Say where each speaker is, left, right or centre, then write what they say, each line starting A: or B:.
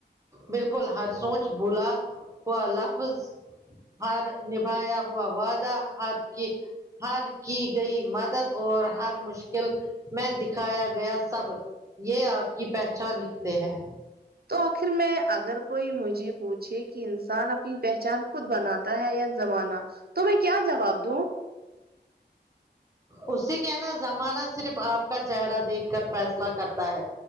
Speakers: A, on the right; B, on the right.
A: بالکل ہر سوچ بھولا ہوا لفظ ہار نبھایا ہوا وعدہ ہر کی ہر کی گئی مدد اور ہر مشکل میں دکھایا گیا صبر یہ آپ کی پہچان لکھتے ہیں
B: تو آخر میں اگر کوئی مجھے پوچھے کہ انسان اپنی پہچان خود بناتا تا ہے یا زمانہ تو میں کیا جواب دوں
A: اس سے کہنا زمانہ صرف آپ کا چہرہ دیکھ کر فیصلہ کرتا ہے